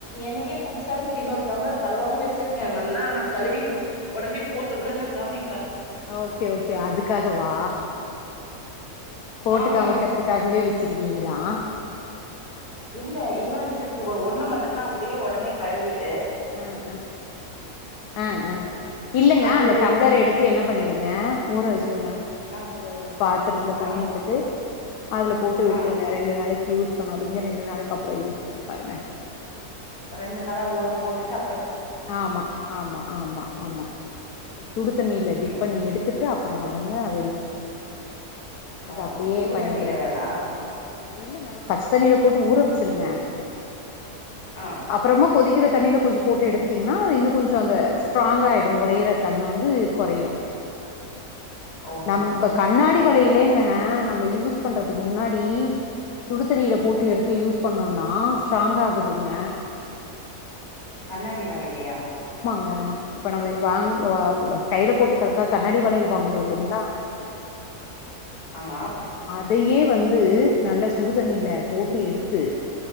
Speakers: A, on the left; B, on the left.
A: எனக்கே புதுசா இருக்கு இன்னோரு டம்ளர் கழுவாம வச்சுருக்கே வந்தா நாம கழுவி ஒடனே போட்டு கூட நா காமிப்பே
B: ஓகே ஓகே அதுக்காக வா போட்டு
A: ஆமா
B: காமிக்குறதுக்காகவே வச்சிருக்கே நீங்களா
A: இல்ல இன்னு இருக்கு ஒ ஒண்ணு மட்டு ல்லனா அப்டியே உடனே கழுவிட்
B: ம் ம் ம் ம் இல்லங்க
A: அது
B: அந்த டம்ளர் எடுத்து என்ன பண்ணிடுங்க ஊற வச்சி வங்க
A: ஆ
B: ஒரு பாத்திரத்துல தண்ணி
A: ஆ
B: எடுத்து அதுல போட்டு விட்டுருங்க
A: ஆ
B: ரெண்டு நாளைக்கு யூஸ் பண்ணாதீங்க ரெண்டு நாளைக்கு அப்புறோ யூஸ் பண்ணி பாருங்க
A: ரெண்டு நாளா ஊர போட்டுட்டா
B: ஆமா ஆமா ஆமா ஆமா சுடு தண்ணீல
A: செய்றே
B: டிப் பண்ணி எடுத்து ட்டு அப்புறமா தாங்க அத யூஸ் பண்ணணு அது
A: ஓ
B: அப்டியே
A: சுடு
B: பயன்படுத்துற
A: தண்ணில தானா
B: ஆமா அ இல்லங்க பச்ச தண்ணில போட்டு ஊற வச்சிருங்க
A: ஆ
B: அப்புறமா கொதிக்கிற தண்ணில கொஞ்ச போட்டு எடுத்து ங்கன்னா அது இன்னு கொஞ்சோ அந்த ஸ்ட்ராங்கா ஆயிடு ஒடையிற தன்ம வந்து கொறையு
A: ஓஹோ
B: நம்ப கண்ணாடி <unintelligible> இல்லைலங்க நம்ம யூஸ் பண்றதுக்கு முன்னாடி சுடுத்துண்ணீர போட்டு எடுத்து யூஸ் பண்ணோனா ஸ்ட்ராங்கா ஆகுதுங்க
A: கன்னட டி வலலையா
B: ஆ பணம் போய் வாங் வாவ் வ கையில போட்டுக்கறத்துகா கண்ணாடி வளையல் வாங்குறோ இல்லைங்களா
A: ஆமா
B: இதையே வந்து நல்ல சுடுதண்ணியில போட்டு எடுத்து